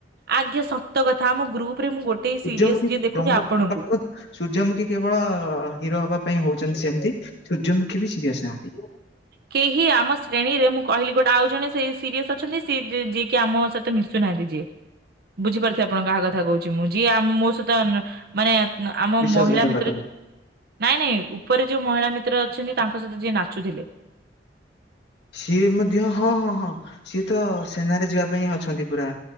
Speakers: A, on the right (about 60°); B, on the left (about 65°).
A: ଆଜ୍ଞା ସତ କଥା ଆମ ଗ୍ରୁପ ରେ ମୁଁ ଗୋଟେ ହିଁ
B: ସୂର୍ଯ୍ୟମୁଖୀ
A: ସିରିଏସ ଯିଏ ଦେଖୁଛି
B: ଜମା
A: ଆପଣଙ୍କୁ।
B: ଆପଣ ସୂର୍ଯ୍ୟମୁଖୀ କେବଳ ହିରୋ ହବା ପାଇଁ ହଉଛନ୍ତି ସେମତି। ସୂର୍ଯ୍ୟମୁଖୀ ବି ସିିରିଏସ ନାହାନ୍ତି।
A: କେହି ଆମ ଶ୍ରେଣୀରେ ମୁଁ କହିଲି ଗୋଟେ ଆଉ ଜଣେ ସେ ସିରିଏସ ଅଛନ୍ତି ସି ଯି-ଯି-ଯିଏକି ଆମ ସହିତ ମିଶୁ ନାହାଁନ୍ତି ଯିଏ। ବୁଝିପାରୁଥିବେ ଆପଣ କାହା କଥା କହୁ ମୁଁ ଯିଏ ଆମ ମୋ ସହିତ ମାନେ ଆମ
B: ବିଶ୍ୱାସଘାତକଟା
A: ମହିଳା ମିତ୍ର
B: କଲେ
A: ନାଇଁ ନାଇଁ। ଉପରେ ଯୋଉ ମହିଳା ମିତ୍ର ଅଛନ୍ତି ତାଙ୍କ ସହିତ ଯିଏ ନାଚୁଥିଲେ।
B: ସିଏ ମଧ୍ୟ ହଁ ହଁ ହଁ ସିଏ ତ ସେନାରେ ଯିବା ପାଇଁ ଅଛନ୍ତି ପୁରା।